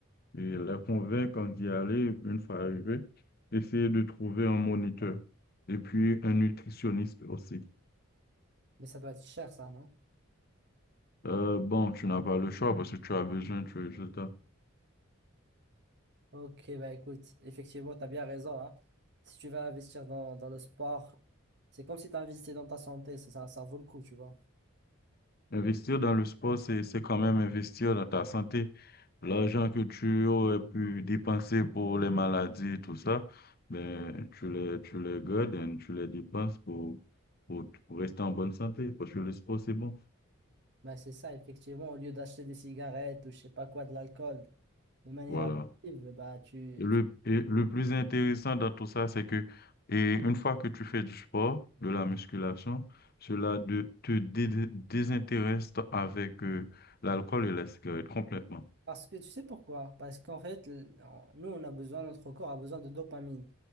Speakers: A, on the left (about 45°); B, on the right (about 55°).
A: et les convaincre d'y aller une fois arrivé. Essayer de trouver un moniteur et puis un nutritionniste aussi.
B: mais ça doit être cher, ça, non?
A: Euh, bon, tu n'as pas le choix parce que tu as besoin de résultats.
B: Ok, bah écoute, effectivement, tu as bien raison, hein. Si tu vas investir dans, dans le sport, c'est comme si tu investis dans ta santé, ça, ça, ça vaut le coup, tu vois.
A: Investir dans le sport, c'est, c'est quand même investir dans ta santé. L'argent que tu aurais pu dépenser pour les maladies et tout ça, ben, tu les, tu les
B: Mhm.
A: gardes et tu les dépenses pour, pour, pour rester en bonne santé, parce que le sport, c'est bon.
B: Bah, c'est ça, effectivement, au lieu d'acheter des cigarettes ou je sais pas quoi, de l'alcool, de manière
A: Voilà.
B: active, bah, tu,
A: Et le, et le plus intéressant dans tout ça, c'est que, et une fois que tu fais du sport, de la musculation, cela de, te dé- désintéresse avec euh, l'alcool et la cigarette complètement.
B: Parce que tu sais pourquoi? Parce qu'en fait, l- on- nous, on a besoin, notre corps a besoin de dopamine.